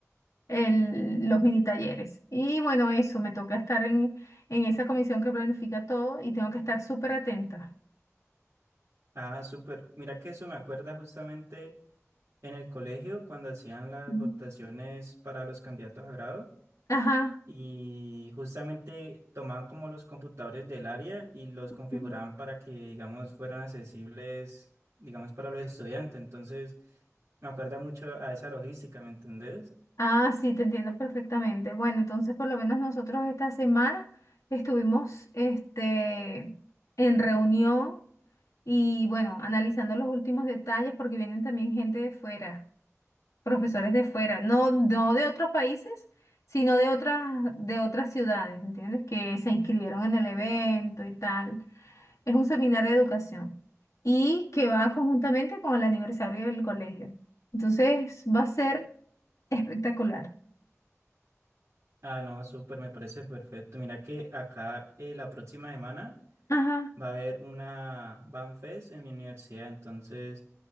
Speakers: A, on the left; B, on the right.
A: el- los mini talleres. Y bueno, eso, me toca estar en, en esa comisión que planifica todo y tengo que estar súper atenta.
B: Ah, súper. Mira que eso me acuerda justamente en el colegio cuando hacían las
A: Ujú.
B: votaciones para los candidatos a grado.
A: Ajá.
B: Y justamente tomaban como los computadores del área y los configuraban
A: Ujú.
B: para que, digamos, fueran accesibles, digamos, para los estudiantes. Entonces, me acuerda mucho a esa logística, ¿me entendés?
A: Ah, sí, te entiendo perfectamente. Bueno, entonces por lo menos nosotros esta semana estuvimos este, en reunión y bueno, analizando los últimos detalles porque vienen también gente de fuera. profesores de fuera, no, no de otros países, sino de otras, de otras ciudades, ¿entiendes? Que se inscribieron en el evento y tal. Es un seminario de educación y que va conjuntamente con el aniversario del colegio. Entonces va a ser espectacular.
B: Ah, no, súper, me parece perfecto. Mira que acá eh, la próxima semana
A: Ajá.
B: va a haber una Band Fest en mi universidad. Entonces,